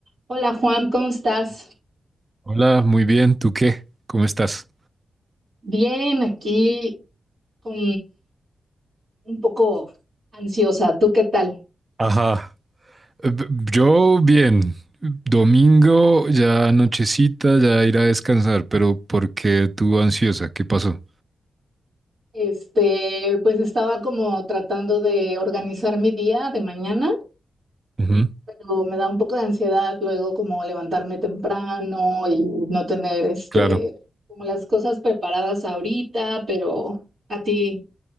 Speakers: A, on the right; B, on the right.
A: Hola Juan, ¿cómo estás?
B: Hola, muy bien. ¿Tú qué? ¿Cómo estás?
A: Bien, aquí con un poco ansiosa. ¿Tú qué tal?
B: Ajá. Eh, b- Yo bien. Domingo, ya nochecita, ya ir a descansar, pero ¿por qué tú ansiosa? ¿Qué pasó?
A: Este, pues estaba como tratando de organizar mi día de mañana,
B: Ujú,
A: pero me da un poco de ansiedad luego como levantarme temprano y no tener este
B: Claro.
A: como las cosas preparadas ahorita, pero a ti.